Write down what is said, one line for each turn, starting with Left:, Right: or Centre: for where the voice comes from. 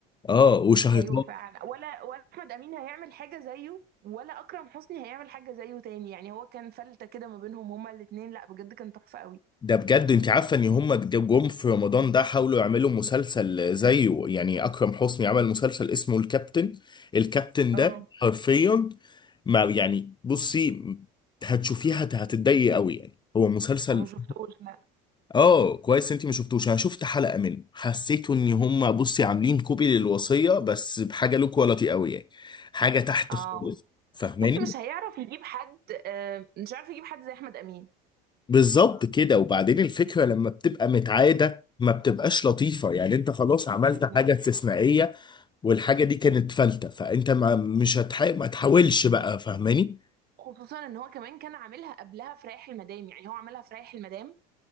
Left: اه وشهر
Right: ايوه فعلا ولا ولا احمد امين هيعمل حاجة زيه ولا اكرم حسني هيعمل حاجة زيه تاني يعني هو كان فلتة كده ما بينهم هما الاتنين لا بجد كان تحفة قوي
Left: ده بجد انت عارفه ان هم جم في رمضان ده حاولوا يعملوا مسلسل زيه يعني اكرم حسني عمل مسلسل اسمه الكابتن الكابتن
Right: اه
Left: ده حرفيا ما يعني بصي هتشوفيها هت- هتتضايقي قوي يعني هو مسلسل
Right: انا ما شفتوش لا
Left: اه كويس انت ما شفتوش انا شفت حلقه منه حسيت ان هم بصي عاملين كوبي للوصيه بس بحاجه لو كواليتي قوي يعني حاجه تحت
Right: اه
Left: خالص فاهماني
Right: بص مش هيعرف يجيب حد آه، مش عارف يجيب حد زي احمد امين
Left: بالظبط كده وبعدين الفكرة لما بتبقى متعادة ما بتبقاش لطيفة يعني انت خلاص عملت
Right: بالظبط
Left: حاجة استثنائية والحاجة دي كانت فلتة فانت ما مش هتح... ما تحاولش بقى فاهماني
Right: خصوصا ان هو كمان كان عاملها قبلها في رايح المدام يعني هو عملها في رايح المدام